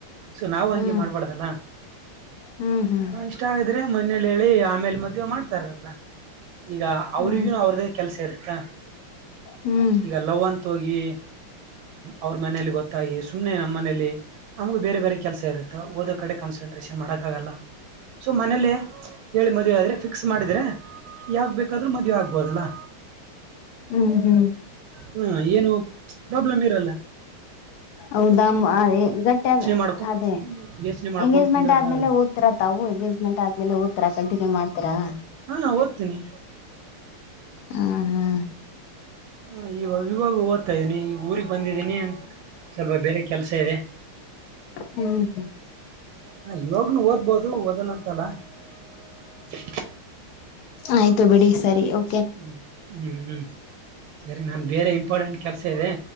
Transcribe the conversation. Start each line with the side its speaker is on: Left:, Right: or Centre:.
Right: ಸೊ ನಾವು ಹಂಗೆ
Left: ಹ್ಮ್
Right: ಮಾಡ್ಬಾರ್ದಲ್ಲಾ
Left: ಹ್ಮ್ ಹ್ಮ್
Right: ಇಷ್ಟ ಆದ್ರೆ ಮನೇಲಿ ಹೇಳಿ ಆಮೇಲೆ. ಮದುವೆ ಮಾಡ್ತಾರಲ್ಲಾ ಈಗ ಅವ್ರಿಗು
Left: ಹ್ಮ್
Right: ಅವ್ರ್ದೇ ಕೆಲ್ಸ ಇರುತ್ತಾ
Left: ಹ್ಮ್
Right: ಈಗ ಲವ್ ಅಂತ ಹೋಗಿ. ಅವ್ರ ಮನೇಲಿ ಗೊತ್ತಾಗಿ ಸುಮ್ನೆ ನಮ್ಮಲಿ ನಮ್ಗು ಬೇರೆ ಬೇರೆ ಕೆಲ್ಸ ಇರುತ್ತೆ ಓದೋ ಕಡೆ ಕಾನ್ಸಂಟ್ರೇಷನ್ ಮಾಡಕ ಆಗಲ್ಲ ಸೊ ಮನೇಲೆ. ಹೇಳಿ ಮದುವೆ ಆದ್ರೆ ಫಿಕ್ಸ್ ಮಾಡಿದ್ರೆ ಯಾವಾಗ ಬೇಕಾದ್ರು ಮದ್ವೆ ಆಗ್ಬೋದಲ್ಲಾ.
Left: ಹ್ಮ್ ಹ್ಮ್
Right: ಹಾ ಏನು ಪ್ರಾಬ್ಲಮ್ ಇರಲ್ಲಾ.
Left: ಔದ ಅಮ್ ಆ ಏ ಗಟ್ಟಿ ಆದ
Right: ಮಾಡ್ಕೊ
Left: ಅದೇ.
Right: ಯೋಚನೆ ಮಾಡ್ಕೊಂಡ್
Left: ಎಂಗೇಜ್ಮೆಂಟ್
Right: ಕುಂದ್ರಕ್ಕಾಗಲ್ಲ
Left: ಆದ್ಮೇಲೆ ಓದತಿರಾ ತಾವು ಎಂಗೇಜ್ಮೆಂಟ್ ಆದ್ಮೇಲೆ. ಕುತ್ರಾ ಕಂಟಿನ್ಯೂ ಮಾಡ್ತರಾ.
Right: ಹಾ ಓದ್ತೀನಿ
Left: ಹಾ ಹಾ
Right: ಆ ಇವಾಗ ಇವಾಗ ಓದ್ತಾ ಇದ್ದೀನಿ ಈಗ್ ಊರಿಗ್ ಬಂದಿದ್ದೀನಿ ಸ್ವಲ್ಪ ಬೇರೆ ಕೆಲ್ಸ ಇದೆ.
Left: ಹ್ಮ್ ಹ್ಮ್
Right: ಹ ಇವಾಗನು ಓದ್ಬೋದು ಓದಲ್ಲ ಅಂತಲ್ಲಾ. <inaudible>
Left: ಆಯ್ತು ಬಿಡಿ ಸರಿ ಒ
Right: ಹ್ಮ್ ಹ್ಮ್ ಹ್ಮ್ ಸರಿ ನಾನ್ ಬೇರೆ ಇಂಪಾರ್ಟೆಂಟ್ ಕೆಲ್ಸ ಇದೆ.